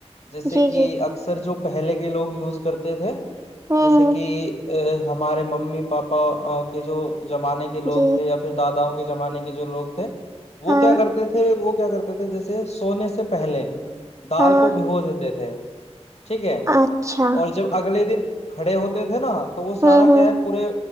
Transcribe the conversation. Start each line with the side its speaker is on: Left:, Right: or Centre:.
Left: جیسے
Right: جی
Left: کہ
Right: جی
Left: اکثر جو پہلے کے لوگ یوز کرتے تھے
Right: ہوں
Left: جیسے
Right: ہوں
Left: کہ ا ہمارے ممی پاپا کے جو زمانے کے لوگ
Right: جی
Left: تھے یا پھر دانت ں کے زمانے جو لوگ تھے وہ
Right: ہاں
Left: کیا کرتے تھے وہ کرتے تھے جیسے سونے سے پہلے دال
Right: ہاں
Left: کو بھگو دیتے تھے ٹھیک ہے
Right: اچھا
Left: اور جب اگلے دن کھڑے ہوتے تھے نا تو وہ سارا
Right: ہوں ہوں
Left: کیا ہے پورے